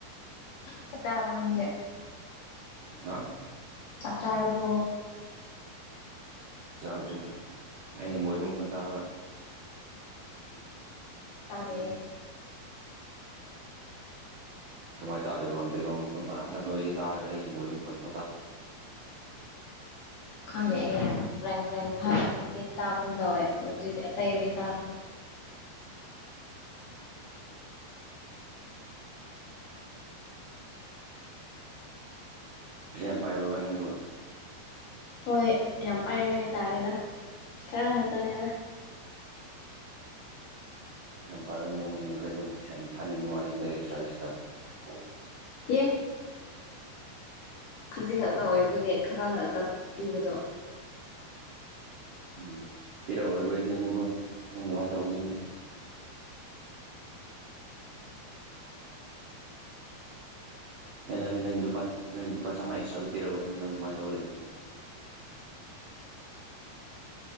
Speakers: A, on the left (about 70°); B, on the right (about 80°).
A: ꯆꯥꯛ ꯆꯥꯔꯕꯣ ꯅꯪꯗꯤ
B: ꯍꯥ
A: ꯆꯥꯛ ꯆꯥꯔꯕꯣ
B: ꯆꯥꯗ꯭ꯔꯦꯗ ꯑꯩꯅ ꯃꯣꯏꯕ ꯃꯈꯣꯜ ꯇꯥꯔꯕ
A: ꯇꯥꯗꯦꯍꯦ
B: ꯎꯝ ꯀꯃꯥꯏꯅ ꯇꯥꯗꯦꯕ ꯕꯦꯛꯒ꯭ꯔꯥꯎꯟ ꯃꯈꯣꯟ ꯐꯟꯇ ꯅ ꯑꯣꯏꯒ ꯇꯥꯔꯒ ꯑꯩ ꯃꯣꯏ ꯃꯈꯣꯟ ꯐ
A: ꯈꯪꯗꯦꯅꯦ ꯄ꯭ꯔꯦꯡ ꯄ꯭ꯔꯦꯡ ꯍꯥꯏꯕꯒꯨꯝ ꯗꯦꯠ ꯇꯥꯕꯨꯝ ꯇꯧꯋꯦ ꯑꯗꯨꯏꯗꯤ ꯑꯇꯩꯗꯤ ꯇꯥꯗꯦ
B: ꯄ ꯄꯥꯏꯕꯅ ꯇꯕ
A: ꯍꯣꯏ ꯌꯥꯝ ꯄꯥꯏꯔꯦ ꯍꯥꯏꯇꯥꯥꯔꯦꯗ ꯈꯔ ꯈꯛꯇꯅꯦꯗ
B: ꯄꯩꯁꯥ ꯌꯥꯝ ꯄꯥꯏꯕ ꯃꯑꯣꯡꯅꯤꯅꯦ ꯑꯩꯉꯣꯟꯗ ꯄꯩꯁꯥ ꯌꯥꯝ ꯊꯥꯅꯤꯡꯕ ꯋꯥꯅꯤꯅꯦ ꯑꯦꯛꯁꯇ꯭ꯔꯥ ꯑꯦꯛꯁꯇ꯭ꯔꯥ
A: ꯑꯩ ꯍꯧꯖꯤꯛ ꯈꯥꯛ ꯇꯧꯏꯕꯒꯤ ꯈꯔ ꯈꯛ ꯄꯤꯕꯗꯣ
B: ꯎꯝ ꯄꯤꯔꯛꯑꯣ ꯑꯩꯈꯣꯏꯗꯤ ꯑꯃꯨꯛꯀꯨꯝ ꯅꯪ ꯃꯥꯏꯅ ꯇꯧꯕꯅꯤꯅ ꯑꯩꯅ ꯍꯥꯏꯕꯗꯤ ꯅꯪꯒꯤ ꯂꯨ ꯅꯪ ꯂꯨꯄꯥ ꯆꯥꯝꯃꯉ ꯑꯦꯁꯇ꯭ꯔꯥꯗ ꯄꯤꯔꯛꯑꯣ ꯍꯥꯏ ꯑꯗꯨꯗꯤ ꯅꯪ ꯀꯃꯥꯏꯅ ꯇꯧꯔ ꯂꯩꯕꯅꯤ ꯅꯪ
A: ꯑ